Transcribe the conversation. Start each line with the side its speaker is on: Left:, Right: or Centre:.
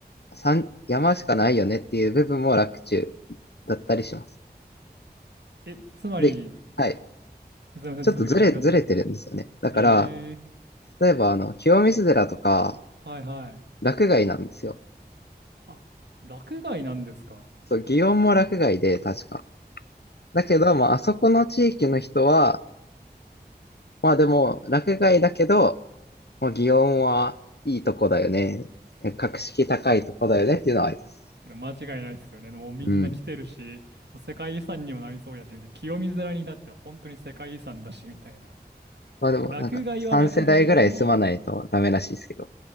Left: 山、山しかないよねっていう部分も楽中だったりします。
Right: え、つまり、
Left: で、はい。
Right: すみません、
Left: ちょっとずれ、
Right: 続けてください。
Left: ずれてるんですよね。だから、
Right: ええ
Left: 例えば、あの、清水寺とか、
Right: はいはい。
Left: 洛外なんですよ。
Right: あ、落外なんですか。
Left: そう、祇園も洛外で、確か。だけど、まあ、あそこの地域の人は、まあでも、洛外だけど、まあ、祇園はいいとこだよね。格式高いとこだよねっていうのはあります。
Right: 間違いないですよね。もうみんな来てるし、
Left: うん。
Right: もう世界遺産にもなりそうやし、みたいな。清水寺にだって本当に世界遺産だし、みたいな。
Left: まあでも、
Right: ま落外は落外でも、
Left: なんか、3世代ぐらい住まないとダメらしいですけど。